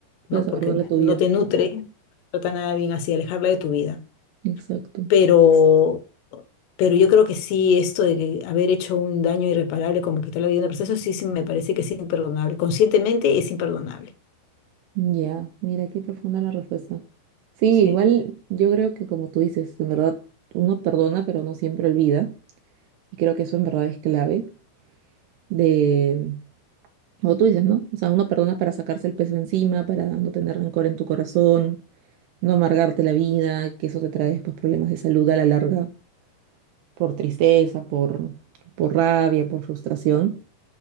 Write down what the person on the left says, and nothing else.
¿no?
Porque
no
te nutre, no trata nada bien así, alejarla de tu vida.
Pero, pero yo creo que sí, esto de que haber hecho un daño irreparable, como quitar la vida de una persona, eso sí, sí me parece que es imperdonable. Conscientemente es imperdonable.
Sí.